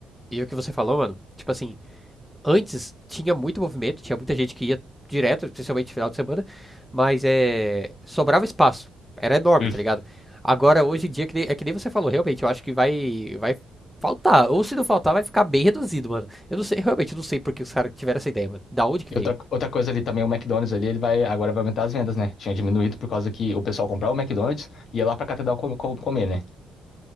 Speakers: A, in the centre; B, on the left.
A: e o que você falou, mano? Tipo assim, antes tinha muito movimento, tinha muita gente que ia direto, principalmente no final de semana, mas é, sobrava espaço. Era enorme,
B: Isso.
A: tá ligado? Agora, hoje em dia, que nem- é que nem você falou, realmente, eu acho que vai, vai faltar. Ou se não faltar, vai ficar bem reduzido, mano. Eu não sei, realmente, eu não sei por que os caras tiveram essa ideia, mano. Da onde que
B: E
A: veio?
B: outra, outra coisa ali também, o McDonald's ali, ele vai, agora vai aumentar as vendas, né? Tinha diminuído por causa que o pessoal comprava o McDonald's e ia lá pra catedral com- com- comer, né?